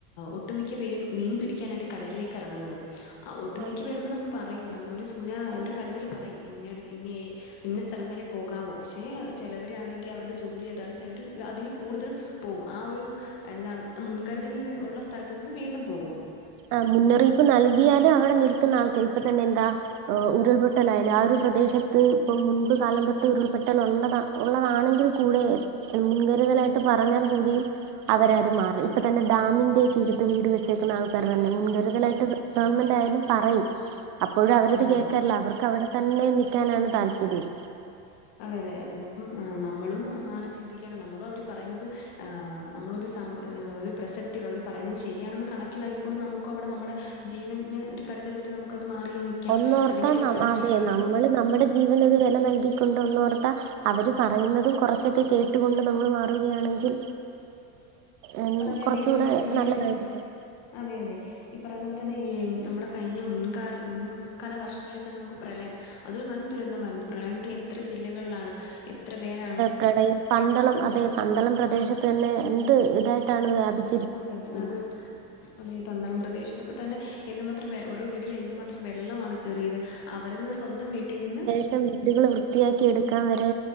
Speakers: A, on the left; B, on the right.
A: ഒട്ടുമിക്ക പേരും മീൻ പിടിക്കാനായിട്ട് കടലിലേക്ക് ഇറങ്ങുന്നത് ആ ഒട്ടുമിക്ക
B: അതെ
A: പേരോടും നമ്മൾ പറയും നമ്മളൊരു സൂചന ഒരു കരുതൽ പറയും ഇന്നട് ഇന്ന- ഇന്ന സ്ഥലം വരെ പോകാവൂ പക്ഷെ ചിലവരാണെങ്കിൽ അവരുടെ ജോലി അതാണ് ചിലവർ അതിൽ കൂടുതലും പോകും ആ ഒരു എന്താണ് മുൻകരുതല് ഉള്ള സ്ഥലത്ത് നിന്ന് വീണ്ടും പോകും
B: ആഹ് മുന്നറിയിപ്പ് നൽകിയാലും അവിടെ നിൽക്കുന്ന ആൾക്ക് ഇപ്പൊ തന്നെ എന്താ ഏ ഉരുൾപൊട്ടലായാലും ആ ഒരു പ്രദേശത്ത് ഇപ്പം മുൻപ് കാലം തൊട്ടേ ഉരുൾപൊട്ടൽ ഉണ്ടതാ ഉള്ളതാണെങ്കിൽ കൂടെ മുൻകരുതലായിട്ട് പറഞ്ഞാൽ കൂടിയും അവരരും മാറും ഇപ്പ തന്നെ ഡാമിന്റെ തീരത്ത് വീട് വെച്ചേക്കുന്ന ആള്- തന്നെ മുൻകരുതലായിട്ട് ഗവൺമെന്റ് ആയാലും പറയും അപ്പോഴും അവരത്
A: അതെ
B: കേൾക്കാറില്ല
A: അതെ
B: അവർക്കവിടെ തന്നെ നിക്കാനാണ് താല്പര്യം
A: അതെ അതെ ഇപ്പം ആഹ് നമ്മളും മാറി ചിന്തിക്കേണ്ട നമ്മളും അവർ പറയുന്നത് ഏ നമ്മളൊരു സമ ഒരു പ്രസക്- അവർ പറയുന്നത് ശരിയാണെന്ന് കണക്കിലാക്കിക്കൊണ്ട് നമുക്ക അവിടെ നമ്മുടെ ജീവന് ഒരു കരുതലടുത്ത് നമുക്കത് മാറി നിക്ക- ക്കാം
B: ഒന്നോർത്താ
A: അല്ലെങ്കിൽ അവർ പറയുന്നത്
B: അതെ
A: ശരിയാണെന്ന്
B: നമ്മള് നമ്മുടെ ജീവനൊ ഒരു വില നൽകിക്കൊണ്ടോ ഒന്നോർത്താ അവര് പറയുന്നതും കുറച്ചൊക്കെ കേട്ടി- ട്ടു കൊണ്ട് നമ്മൾ മാറുകയാണെങ്കിൽ ഏഹ്
A: വളരെയധികം
B: കുറച്ചുകൂടെ
A: നമ്മുടെ ജീവനും
B: നല്ലതായിരിക്കും
A: അതെ അതെ ഈ പറയുന്ന പോലെ തന്നെ ഈ നമ്മുടെ കഴിഞ്ഞ മുൻകാ മുൻ കാല വർഷങ്ങളിൽ തന്നെ നമുക്ക് പ്രളയം അതൊരു വൻ ദുരന്തമായിരുന്നു പ്രളയം എ പറയുന്നത് എത്ര ജില്ലകളിലാണ് എത്ര പേരാണ്
B: പ്രണയം പന്തളം അതെ പന്തളം പ്രദേശത്ത് തന്നെ എന്ത് ഇതായിട്ടാണ് വ്യാപി-
A: അതെ അതെ അതെ പന്തളം പ്രദേശത്തൊക്കെ തന്നെ എന്തുമാത്രം ഓരോ വീട്ടിലും എന്തുമാത്രം വെള്ളമാണ് കയറിയത് അവർ നിന്ന സ്വന്തം വീട്ടിൽ നിന്ന്
B: പക്ഷെ വീടുകൾ വൃത്തിയാക്കി എടുക്കാൻ വരെ